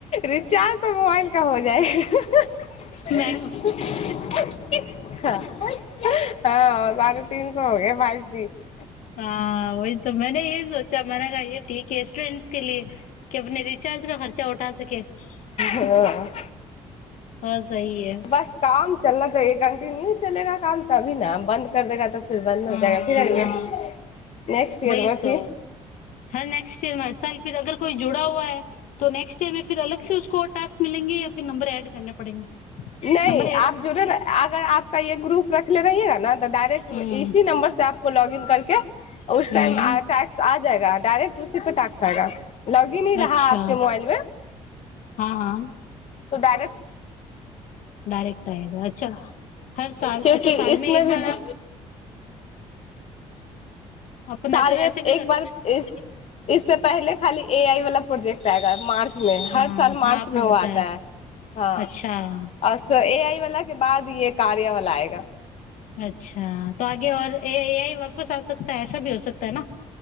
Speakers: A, on the left (about 55°); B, on the left (about 75°).
A: रिचार्ज तऽ मोबाइल का हो जाए <unintelligible>
B: मैं <unintelligible>
A: हँ <unintelligible> <unintelligible>
B: <unintelligible> <unintelligible>
A: हाँ
B: <unintelligible>
A: <unintelligible> <unintelligible>
B: हाँ हाँ हाँ वही तो <unintelligible> <unintelligible>
A: <unintelligible>
B: नंबर ऐड
A: <unintelligible>
B: हम्म हम्म
A: <unintelligible>
B: अच्छा <unintelligible>
A: <unintelligible>
B: <unintelligible>
A: क्योंकि इसमें भी
B: अपन
A: <unintelligible>
B: ऐप- ऐसे भी कर सक-
A: <unintelligible>
B: हाँ हाँ आपने बताया
A: <unintelligible>
B: अच्छा <unintelligible>